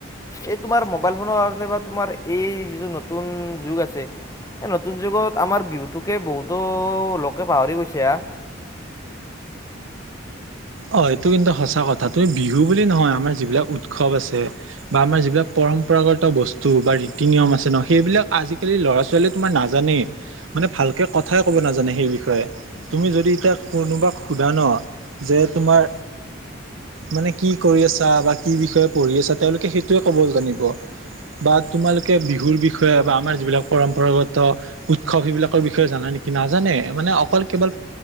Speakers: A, on the left (about 15°); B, on the right (about 85°).
A: এই তোমাৰ মোবাইল ফোনৰ কাৰণে বা তোমাৰ এই যিটো নতুন যুগ আছে। এই নতুন যুগত আমাৰ বিহুটোকে বহুটো লগ কে পাহৰি গৈছে হা।
B: অ', এইটো কিন্তু সঁচা কথা, তুমি বিহু বুলি নহয় আমাৰ যিবিলাক উৎসৱ আছে বা আমাৰ যিবিলাক প পৰম্পৰাগত বস্তু বা ৰীতি নিয়ম আছে ন' সেইবিলাক আজিকালি ল'ৰা-ছোৱালীয়ে তোমাৰ নাজানেই, মানে ভালকে কথাই ক'ব নাজানে সেই বিষয়ে, তুমি যদি এতিয়া কোনোবাক সোধা ন' যে তোমাৰ। মানে কি কৰি আছা বা কি বিষয়ে পঢ়ি আছা তেওঁলোকে সেইটোৱে ক'ব জানিব। বা তোমালোকে বিহুৰ বিষয়ে বা আমাৰ যিবিলাক পৰম্পৰাগত উৎসৱ সেইবিলাকৰ বিষয়ে জাননে? নেকি নাজানে মানে অকল কেৱল